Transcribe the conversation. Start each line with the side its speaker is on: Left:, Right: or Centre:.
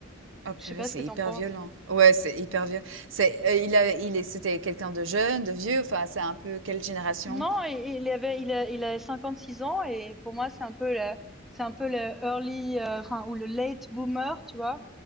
Right: Oh purée,
Centre: je sais pas
Right: c'est
Centre: ce que
Right: hyper
Centre: t'en penses
Right: violent. Ouais, c'est hyper violent. C'est, euh, il a, il est, c'était quelqu'un de jeune, de vieux. Enfin, c'est un peu quelle génération?
Centre: Non, et- et il avait, il a, il a 56 ans et pour moi c'est un peu le, c'est un peu le early, euh, enfin ou le late boomer, tu vois.